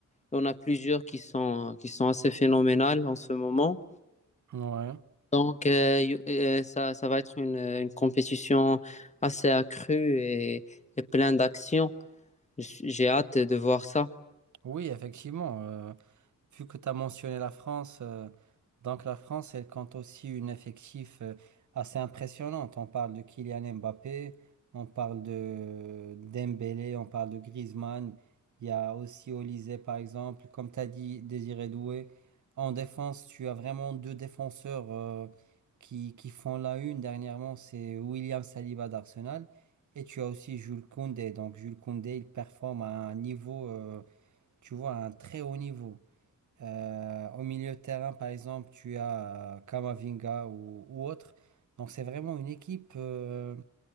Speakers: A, on the left; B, on the right.
A: il y en a plusieurs qui sont qui sont assez phénoménales en ce moment.
B: Ouais.
A: Donc euh, y- euh, ça, ça va être une, une compétition assez accrue et, et plein d'actions. J- J'ai hâte de voir ça.
B: Oui, effectivement. euh, Vu que tu as mentionné la France, euh, donc la France, elle compte aussi une effectif euh, assez impressionnante. On parle de Kylian Mbappé, on parle de Dembélé, on parle de Griezmann. Il y a aussi Olise, par exemple. Comme tu as dit, Désiré Doué. En défense, tu as vraiment deux défenseurs euh, qui, qui font la une. Dernièrement, c'est William Saliba d'Arsenal. Et tu as aussi Jules Koundé. Donc Jules Koundé, il performe à un niveau, euh, tu vois, à un très haut niveau. Euh, au milieu de terrain, par exemple, tu as euh, Kamavinga ou, ou autre. Donc, c'est vraiment une équipe, euh,